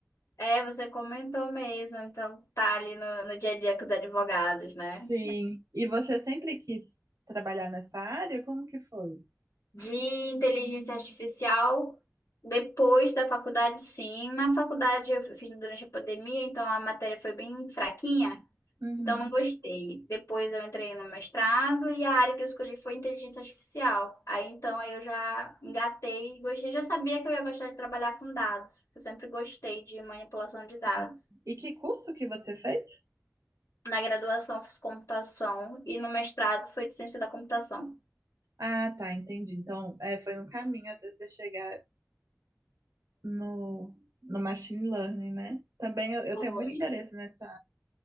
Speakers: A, on the left (about 70°); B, on the right (about 80°).
A: É, você comentou mesmo. Então tá ali no, no dia a dia com os advogados, né?
B: Sim. E você sempre quis trabalhar nessa área? Como que foi?
A: de inteligência artificial depois da faculdade, sim. Na faculdade eu fiz durante a pandemia, então a matéria foi bem fraquinha,
B: Uhum,
A: então não gostei. Depois eu entrei no mestrado e a área que eu escolhi foi inteligência artificial. Aí então aí eu já engatei e gostei, já sabia que eu ia gostar de trabalhar com dados. Eu sempre gostei de manipulação de dados.
B: sim. E que curso que você fez?
A: Na graduação eu fiz computação e no mestrado foi de ciência da computação.
B: Ah, tá, entendi. Então, é, foi um caminho até você chegar no, no machine learning, né? Também eu, eu
A: Foi.
B: tenho muito interesse nessa